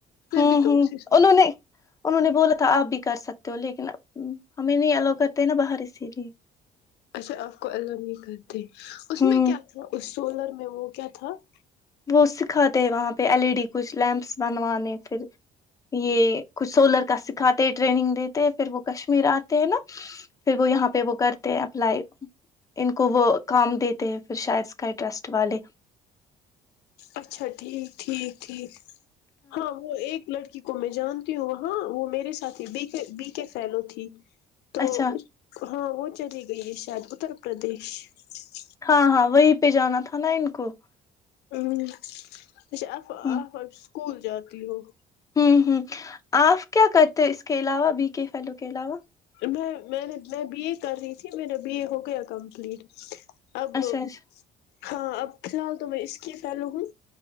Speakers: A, on the left; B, on the left.
A: ہوں
B: بھی تو
A: ہوں
B: اسی
A: انہوں نے انہوں نے بولا تھا آپ بھی <unintelligible> کر سکتے ہو لیکن ا ہمیں نہیں الا کرتے نا باہر اسی لیے <unintelligible>
B: اچھا آپ کو اللہ نہیں کرتے اس
A: ہوں
B: میں کیا تھا اس <unintelligible> سولر میں وہ کیا تھا <unintelligible>
A: وہ سکھاتے وہاں پہ ایل ای ڈی کچھ لمپس بنوانے پھر یہ کچھ سولر کا سکھاتے ٹریننگ دیتے پھر وہ کشمیر آتے ہیں نا پھر وہ یہاں پہ وہ کرتے ہیں اپلائی ان کو وہ کام دیتے ہیں پھر شاید اسکائی ٹرسٹ والے <unintelligible>
B: اچھا ٹھیک ٹھیک ٹھیک <unintelligible> ہاں وہ ایک لڑکی <unintelligible> کو میں جانتی ہوں وہاں وہ میرے ساتھی بی بی کے فھیلو تھی <unintelligible> تو
A: اچھا
B: <inaudible> ہاں وہ چلی گئی ہے شاید اتر پردیش <unintelligible>
A: ہاں ہاں وہیں پہ جانا تھا نا ان کو <unintelligible>
B: ہوں <inaudible> س آ
A: ہ
B: آ و <inaudible> بھول جاتی ہو <unintelligible>
A: ہ ہ آپ کیا کرتے اس کے علاوہ بی کے فلو کے علاوہ <unintelligible>
B: میں میں نے میں بی اے کر رہی تھی میرا بی اے ہو گیا کمپلیٹ <unintelligible> اب
A: اچھا اچھا
B: <inaudible> ہاں اب فی الحال تو میں اس کی فیلو ہوں